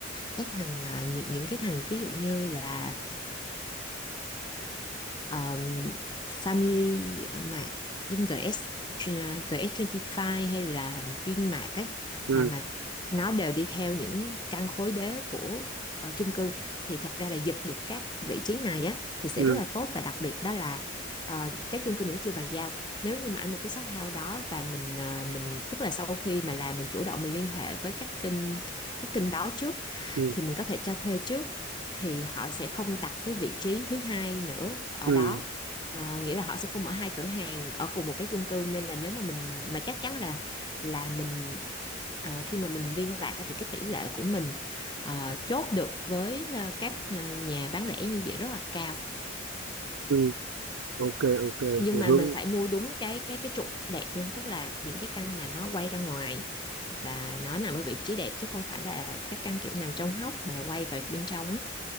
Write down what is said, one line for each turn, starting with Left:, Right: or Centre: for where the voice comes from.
Left: cái thằng ờ, những những cái thằng ví dụ như là um, Family Mart giống GS GS25 hay là Vinmart ấy
Right: ừ
Left: ờ, mà nó đều đi theo những căn khối đế của ờ, chung cư thì thật ra là giật được các vị trí này á thì sẽ
Right: ừ
Left: rất là tốt và đặc biệt đó là ờ, các chung cư này nó chưa bàn giao nếu như mà anh một cái shop house đó và mình ờ, mình tức là sau khi mà làm mình chủ động mình liên hệ với các kênh các kênh đó trước
Right: ừ
Left: thì mình có thể cho thuê trước thì họ sẽ không đặt cái vị trí thứ hai nữa ở
Right: ừ
Left: đó Ờ, nghĩa là họ sẽ không mở hai cửa hàng ở cùng một cái chung cư nên là nếu mà mình mà chắc chắn là là mình ờ, khi mà mình liên lạc á thì cái tỷ lệ của mình ờ, chốt được với ờ, các ờ, nhà bán lẻ như vậy rất là cao
Right: ừ ok ok
Left: nhưng
Right: thì
Left: mà
Right: hướng
Left: mình phải mua đúng cái cái cái trục đẹp nha tức là những cái căn mà nó quay ra ngoài và nó nằm ở vị trí đẹp chứ không phải là các căn kiểu nằm trong hốc mà quay vào bên trong á